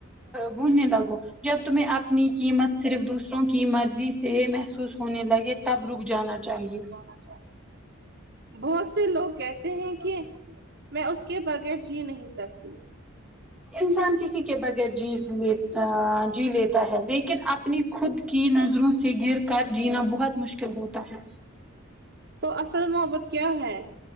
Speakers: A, in the centre; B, on the right.
A: بھولنے لگو جب تمہیں اپنی قیمت صرف دوسروں کی مرضی سے محسوس ہونے لگے تب رک جانا چاہیے
B: جناچاہ بہت سے لوگ کہتے ہیں کہ میں اس کے بغیر جی نہیں سک
A: انسان کسی کے بغیر جی لیتا جی لیتا ہے لیکن اپنی خود کی نظروں سے گر کر جینا بہت مشکل ہوتا ہے
B: تو اصل محبت کیا ہے